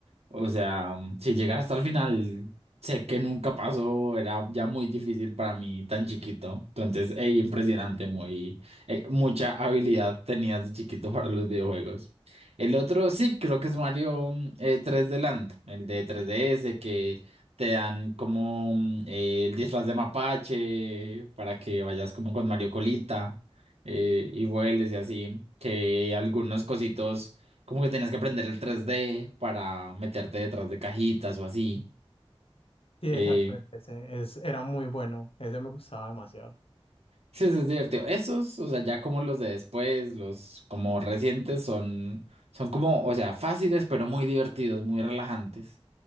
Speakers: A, on the right; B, on the left.
A: O sea, mm, si llegar hasta el final, sé que nunca pasó, era ya muy difícil para mí tan chiquito. Entonces, ey, impresionante, muy, eh, mucha habilidad tenías de chiquito para los videojuegos. El otro sí, creo que es Mario mm, eh, 3D Land, el de 3DS, que te dan como mm, eh, el disfraz de mapache para que vayas como con Mario Colita eh, y vueles y así, que algunos cositos como que tenías que aprender el 3D para meterte detrás de cajitas o así.
B: Sí,
A: Eh,
B: exacto, ese es, era muy bueno, ese me gustaba demasiado.
A: sí, eso es divertido. Esos, o sea, ya como los de después, los como recientes, son, son como, o sea, fáciles, pero muy divertidos, muy relajantes.